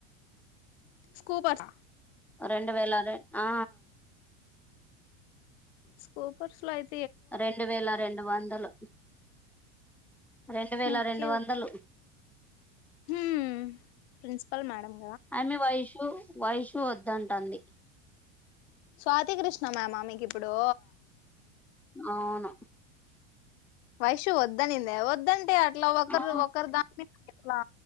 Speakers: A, on the left; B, in the centre.
A: స్కూపట
B: రెండు వేల అరె ఆ
A: స్కూపర్స్లో అయి
B: రెండు వేల రెండు వందలు రెండు వేల
A: ఓకే
B: రెండు వందలు
A: హ్మ్ ప్రిన్సిపల్ మ్యాడమ్
B: అమే వైషు వైషు వద్దంటండి
A: స్వాతి కృష్ణ మ్యామ మీకు ఇప్పుడు
B: అవును
A: వైషు ఒద్దనింద ఒద్ద్దంటే ఆ లా వకర్
B: ఆ
A: వకర్ దాలా